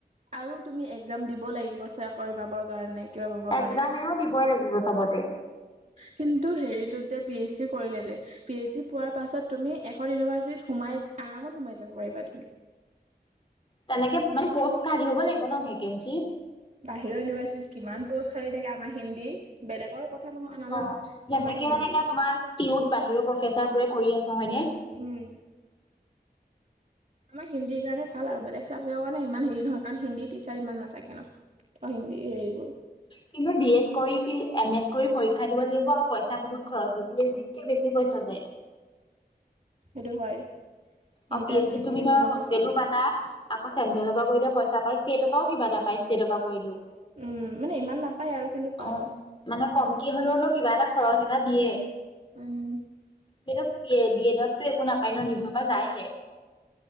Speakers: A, on the right; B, on the left.
A: আৰু তুমি এক্জাম দিব লাগিব চেয়াৰ কৰিবা বাৰ নাই কিবা পাবৰ কাৰণে
B: একজাম এনেও দিবই লাগিব চবতে
A: কিন্তু হেৰিতোযে- পি এইচ ডি কৰিলে যে পি এইচ ডি পোৱাৰ পাছত তুমি এখন ইউনিভাৰ্চিটিত- সোমাই আৰামত সোমাই যাব পাৰিবা তুমি-
B: তেনেকে মানে পষ্ট খালি হ'ব লাগিব। ন ভেকেঞ্চি
A: বাহিৰৰ ইউনিভাৰ্চিটিত কিমান প'ষ্ট খালি থাকে আমাৰ হিন্দী বেলেগৰ ক কথা নহয় নাজানো
B: অ যেনেকে
A: আমাৰ হিন্দী-
B: মানে এতিয়া তোমাৰ টিউত বাহিৰৰ প্ৰফেচাৰ বোৰে কৰি আছে হয়নে?
A: উম আমাৰ হিন্দীৰ কাৰণে ভাল আৰু বেলেগ চাবজেক্টৰ কাৰণে ইমান হেৰি নহয় কাৰণ হিন্দী টিচাৰ ইমান নাথাকে। ন অ হিন্দী হেৰিবোৰ
B: কিন্তু বি এড কৰি এম এড কৰি পৰীক্ষা দিব লাগিব আৰু পইচা বহুত খৰচ হয় পি এইচ ডি কে বেছি পইচা যায়।
A: এইতো হয়।
B: অ
A: ইণ্টাৰ্ণশ্বিপতে
B: পি এইচ ড তুমি ধৰা
A: কিমান
B: হোষ্টেলো
A: পইচা যায়
B: পালা আকৌ চেন্টেলৰপৰা কৰিলে প ইছা তাৰই ষ্টেটৰ পৰাও কিবা তাৰ পৰাই ষ্টেটৰ পৰা কৰিলও
A: উম মানে ইমান নাপায় আৰু কিন্তু পায়
B: অ মানে কম কি হলে অলপ কিবা এটা খৰচ এটা দিয়ে।
A: উম
B: কিন্তু বি এডতো একো নাপায় ন নিজৰ পৰা যায়হে।